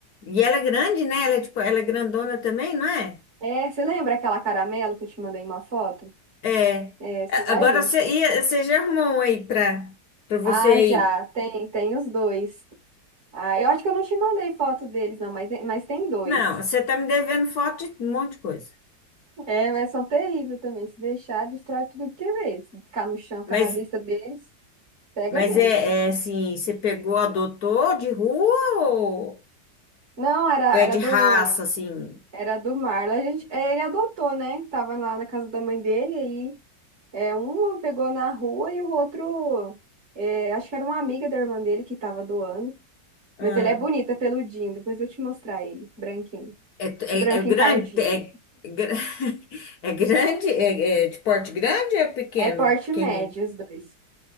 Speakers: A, on the left; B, on the right.
A: E ela é grande, né? Ela é, tipo, ela é grandona também, não é?
B: É, você lembra aquela caramelo que eu te mandei uma foto?
A: É.
B: É essa
A: A-
B: daí.
A: Agora você, ia- você já arrumou um aí pra, pra você
B: Ah,
A: aí?
B: já, tem, tem os dois. Ah, eu acho que eu não te mandei foto deles, não, mas, mas tem dois.
A: Não, você tá me devendo foto de um monte de coisa.
B: É, mas são terríveis também. Se deixar, destrói tudo que vê. Se ficar no chão, ficar
A: Mas,
B: na vista deles, pega
A: mas
B: mesmo.
A: é, é assim, você pegou, adotou de rua ou,
B: Não, era,
A: ou é
B: era
A: de
B: do,
A: raça, assim?
B: era do Marlon. A gente, é, ele adotou, né? Tava lá na casa da mãe dele, aí é, um pegou na rua e o outro, é, acho que era uma amiga da irmã dele que tava doando.
A: Ah,
B: Mas ele é bonito, é peludinho. Depois eu vou te mostrar ele, branquinho.
A: é, é,
B: Branco
A: é grande,
B: encardido.
A: é, é gra- <laughs> é grande, é, é de porte grande ou é pequeno?
B: É porte
A: Pequenininho,
B: médio, os dois.